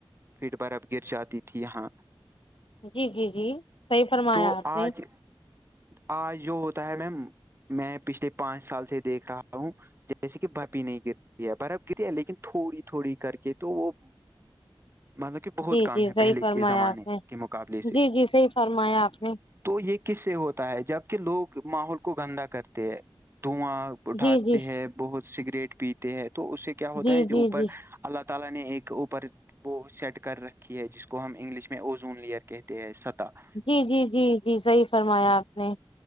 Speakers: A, on the right; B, on the left.
A: پھر برف گر جاتی تھی یہاں
B: جی جی جی صحیح فرمایا
A: تو
B: آپ
A: آج
B: نے
A: آج جو ہوتا ہے میم میں پچھلے پانچ سال سے دیکھ رہا ہوں جیسے کہ بپی نہیں گرتی ہے برف گرری ہے لیکن تھوڑی تھوڑی کر کے تو وہ مطلب کہ بہت
B: جی
A: کم
B: جی
A: ہے
B: صحیح
A: پہلے
B: فرمایا
A: کے زمانے
B: آپ نے
A: کے مقابلے سے
B: جی جی صحیح فرمایا آپ نے
A: تو یہ کس سے ہوتا ہے جب کہ لوگ ماحول کو گندا کرتے ہیں دھواں اٹھاتے
B: جی جی
A: ہیں بہت سگریٹ پیتے ہیں تو اس سے کیا ہوتا
B: جی
A: ہے جو
B: جی
A: اوپر
B: جی
A: اللہ تعالی نے ایک اوپر وہ سیٹ کر رکھی ہے جس کو ہم انگلش میں اوزون لیئر کہتے ہیں سطح <unintelligible>
B: جی جی جی جی صحیح فرمایا آپ نے